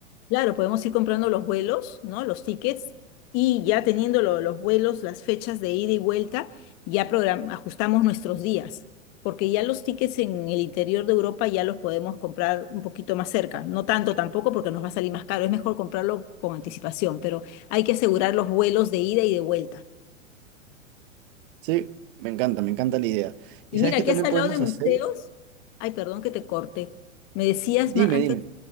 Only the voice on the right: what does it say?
Sí, me encanta, me encanta la idea.
¿Y sabes
qué
también
podemos
hacer?
Dime,
dime.